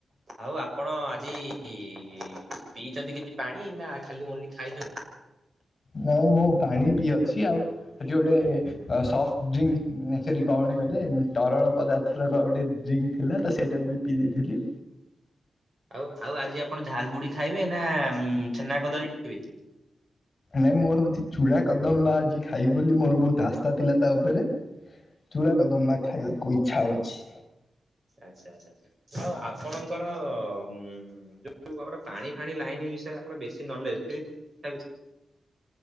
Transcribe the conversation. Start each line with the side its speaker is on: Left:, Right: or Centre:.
Right: ଆଉ ଆପଣ ଆଜି ପିଇଛନ୍ତି କିଛି ପାଣି ନା ଖାଲି ଓନ୍ଲି ଖାଇଛନ୍ତି?
Left: ନାଇଁ ମୁଁ ପାଣି ପିଇଅଛି ଆଉ ସେଠି ଗୋଟେ ସଫ୍ଟ ଡ୍ରିଙ୍କ ସରି କଣ ଗଟେ କହିଲେ ତରଳ ପଦାର୍ଥର କ ଗୋଟେ ଡ୍ରିଙ୍କ୍ ଥିଲା ତ ସେଇଟାକୁ ବି ପିଇ ଦେଇଥିଲି।
Right: ଆଉ ଆଉ ଆଜି ଆପଣ ଝାଲ ମୁୁଢି ଖାଇବେ ନା ଛେନା କଦଳୀ ଖାଇବେ?
Left: ନାଇଁ ମୁଁ ଭାବଛି ଚୂଡ଼ା କଦମ୍ବା ଆଜି ଖାଇବି ବୋଲି ମୋର ବହୁତ ଆସ୍ଥା ଥିଲା ତା ଉପରେ। ଚୂଡ଼ା କଦମ୍ବା ଖାଇବାକୁ ଇଚ୍ଛା ହେଉଛି।
Right: ଆଚ୍ଛା ଆଚ୍ଛା। ଆଉ ଆପଣଙ୍କର ଉ ଯୋଉ ଆମର ପାଣି ଫାଣି ଲାଇନ ବିଷୟରେ ବେଶୀ ନଲେଜ ଯଦି ତା ବିସ